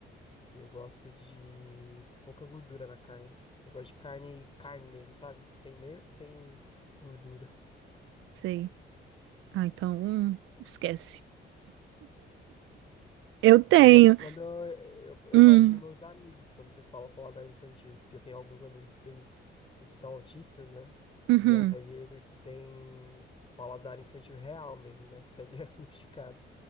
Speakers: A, on the left; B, on the right.
A: eu gosto de pouca gordura na carne. Eu gosto de carne, carne mesmo, sabe? Sem nervo, sem gordura.
B: Sei. Ah, então, hum, esquece. Eu tenho.
A: Ó, quando, quando eu, eu, eu
B: Hum,
A: imagino meus amigos quando você fala paladar infantil, porque eu tenho alguns amigos que eles, eles são autistas, né?
B: uhum,
A: E aí eles têm paladar infantil real mesmo, né? Até <laughs> diagnosticado.